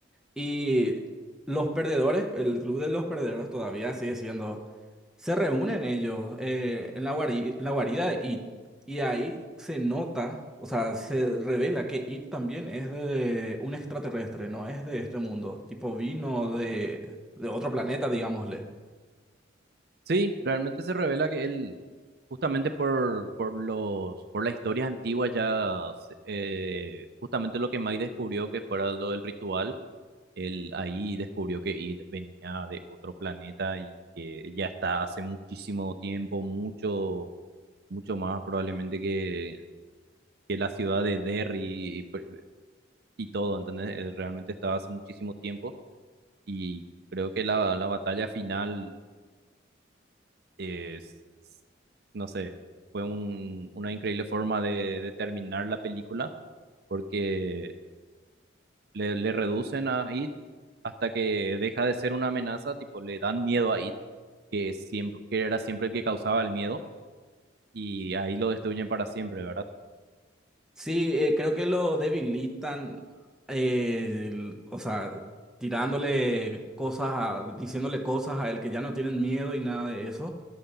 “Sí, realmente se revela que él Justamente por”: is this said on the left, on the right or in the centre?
Right